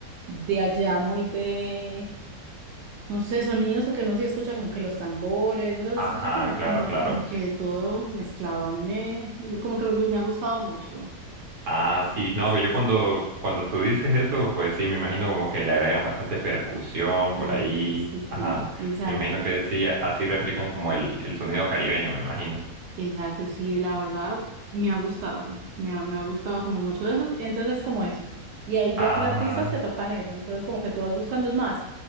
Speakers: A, on the right; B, on the right.
A: de allá, muy de... No sé, sonidos, porque no se escucha como que los tambores, o sea, se
B: Ajá,
A: escucha como,
B: claro,
A: como,
B: claro.
A: como
B: sí.
A: que todo mezclado. A mí me, como que me, gu- me ha gustado mucho.
B: Ah, sí,
A: Esa,
B: no, que
A: esa.
B: yo cuando, cuando tú dices eso, pues sí, me imagino como que le agregan bastante percusión
A: Ajá,
B: por ahí.
A: sí,
B: Ajá,
A: sí, exacto,
B: me imagino que sí, así replican como el, el sonido caribeño, me imagino.
A: exacto, sí, la verdad me ha gustado, me ha, me ha gustado como mucho de eso, entonces como eso, y ahí
B: Ah,
A: ya pues artistas que tocan eso, entonces como que tú vas buscando es más,